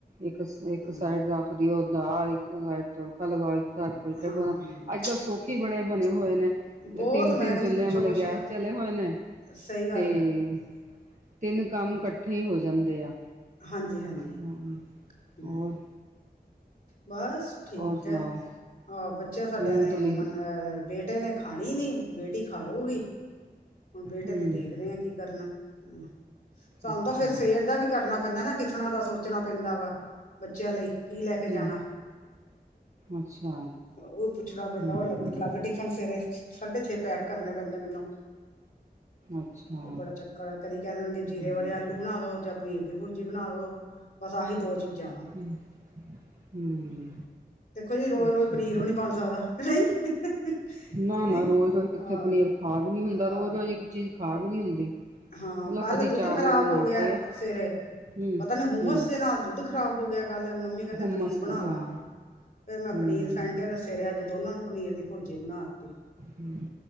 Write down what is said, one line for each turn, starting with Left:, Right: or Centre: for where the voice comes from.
Right: ਇੱਕ-ਇੱਕ
Left: ਹਾਂ
Right: ਸਾਈਡ ਰੱਖ ਦਿਓ ਨਾਲ ਹੀ ਤੜਕਾ ਲਗਾਓੱ, ਇਕ ਤਰਫ ਫੁਲਕੇ
Left: ਹਾਂ
Right: ਬਣਾਓ ਅੱਜ ਕੱਲ ਸ ਕੀਵੇ ਦੇ ਬਣੇ ਹੋਏ ਨੇ?
Left: ਬਹੁਤ
Right: ਤਿੰਨ-ਤਿੰਨ
Left: ਮੈਂ ਕਹਿੰਦੀ
Right: ਚੁੱਲ੍ਹਿਆਂ
Left: ਪੁੱਛੋ
Right: ਵਾਲੇ
Left: ਕੁਛ
Right: ਗੈਸ
Left: ਨਾ
Right: ਚੱਲੇ ਹੋਏ ਨੇ
Left: ਸਹੀ ਗੱਲ
Right: ਤੇ
Left: ਹੈ
Right: ਤਿੰਨ ਕੰਮ ਇਕੱਠੇ ਈ ਹੋ ਜਾਂਦੇ ਆ।
Left: ਹਾਂਜੀ-ਹਾਂਜੀ,
Right: ਹਾਂ
Left: ਹੂੰ।
Right: ਹੋਰ
Left: ਬਸ ਠੀਕ
Right: ਹੋਰ ਸੁਣਾਓ
Left: ਐ। ਆਹ ਬੱਚੇ ਸਾਡਿਆਂ
Right: ਮੂੰਗਤਲੀ
Left: ਨੇ ਮਨ ਅਹ ਬੇਟੇ ਨੇ ਖਾਣੀ ਨੀ ਬੇਟੀ ਖਾ ਲਊਗੀ। ਹੁਣ ਬੇਟੇ
Right: ਹਮ
Left: ਦੀ ਦੇਖਦੇ ਆ ਕੀ ਕਰਨਾ ਹੂੰ। ਸਾਨ
Right: ਅੱਛਾ
Left: ਤਾਂ ਫਿਰ ਸੇਵੇਰ ਦਾ ਵੀ ਕਰਨਾ ਪੈਂਦਾ ਨਾ ਟਿਫਨਾਂ ਦਾ ਸੋਚਣਾ ਪੈਂਦਾ ਵਾ। ਬੱਚਿਆਂ ਲਈ ਕੀ ਲੈ ਕੇ ਜਾਣਾ?
Right: ਹਮ ਅੱਛਾ
Left: ਉ ਪੁੱਛਣਾ ਪੈਂਦਾ
Right: ਹਮ
Left: ਉ ਲੱਗ
Right: ਹਮ
Left: ਅਲੱਗ ਟੀਫ ਹੁਣ ਸਵੇਰੇ ਸਾਢੇ ਛੇ ਪੈਕ ਕਰਨੇ ਪੈਂਦੇ ਮੈਨੂੰ।
Right: ਅੱਛਾ
Left: ਉਹ ਬੜਾ ਚੱਕਰ ਐ, ਕਦੀ ਕਹਿ ਦੇਣਗੇ ਜੀਰੇ
Right: ਹਮ
Left: ਵਾਲੇ ਆਲੂ ਬਣਾ ਦੋ ਜਾਂ ਪਨੀਰ ਦੀ ਭੁਰਜੀ ਬਣਾ ਦੋ ਬਸ ਆਹੀ ਦੋ ਚੀਜ਼ਾਂ ਵਾ।
Right: ਹੂੰ-ਹੂੰ।
Left: ਦੇਖੋ ਜੀ ਰੋਜ਼
Right: ਅੱਛਾ,
Left: ਰੋਜ਼ ਪਨੀਰ ਵੀ ਨਹੀਂ ਬਣ ਸਕਦਾ ਨਹੀਂ ਕਿ
Right: ਨਾ-ਨਾ
Left: ਨਹੀਂ
Right: ਰੋਜ਼-ਰੋਜ਼ ਕਿੱਥੇ
Left: ਆਹ
Right: ਪਨੀਰ ਖਾ ਵੀ ਨੀ ਹੁੰਦਾ
Left: ਆਹ
Right: ਰੋਜ਼-ਰੋਜ਼ ਇੱਕ ਚੀਜ਼ ਖਾ ਵੀ ਨੀ ਹੁੰਦੀ।
Left: ਹਾਂ,
Right: ਮਤਲਬ
Left: ਕੱਲ
Right: ਕਦੀ
Left: ਦੁੱਧ
Right: ਚਾਵਲ
Left: ਖ਼ਰਾਬ
Right: ਬਣਾ
Left: ਹੋ ਗਿਆ
Right: ਤੇ
Left: ਸਵੇਰੇ
Right: ਹਮ
Left: ਪਤਾ ਨੀ ਹੁੱਮਸ
Right: ਹਮ
Left: ਦੇ ਨਾਲ ਦੁੱਧ ਖ਼ਰਾਬ ਹੋ ਗਿਆ ਕੱਲ ਮੰਮੀ ਕਹਿੰਦੇ
Right: ਹੁਮਸ
Left: ਪਨੀਰ ਬਣਾ
Right: ਹਾਂ
Left: ਲਾ ਫਿਰ ਮੈਂ
Right: ਹਮ
Left: ਪਨੀਰ ਫੈਂਟਿਆ ਰ ਫਿਰ ਅੱਜ ਦੋਨਾਂ ਨੂੰ ਪਨੀਰ ਦੀ ਭੁਰਜੀ ਬਣਾ ਦਿੱਤੀ।
Right: ਹੂੰ,